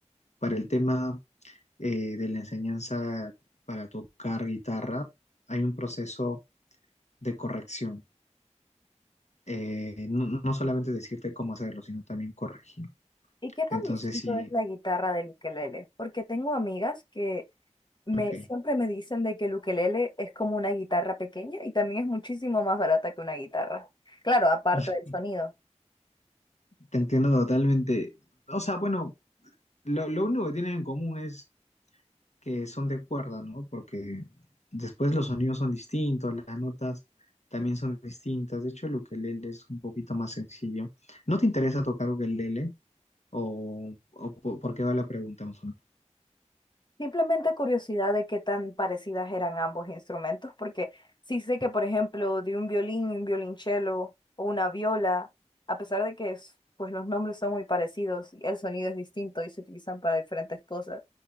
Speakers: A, on the left; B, on the left.
A: para el tema eh, de la enseñanza para tocar guitarra, hay un proceso de corrección. eh, no, no solamente decirte cómo hacerlo, sino también corregir.
B: ¿Y qué tan
A: Entonces
B: distinto
A: sí,
B: es la guitarra del ukelele? Porque tengo amigas que me,
A: ok,
B: siempre me dicen de que el ukelele es como una guitarra pequeña y también es muchísimo más barata que una guitarra. Claro, aparte
A: <laughs>
B: del sonido.
A: te entiendo totalmente. O sea, bueno, lo, lo único que tienen en común es que son de cuerda, ¿no? Porque después los sonidos son distintos, las notas también son distintas. De hecho, el ukelele es un poquito más sencillo. ¿No te interesa tocar ukelele? ¿O, o po- por qué va la pregunta, más o menos?
B: Simplemente curiosidad de qué tan parecidas eran ambos instrumentos, porque sí sé que, por ejemplo, de un violín, un violonchelo o una viola, a pesar de que es- pues los nombres son muy parecidos, el sonido es distinto y se utilizan para diferentes cosas.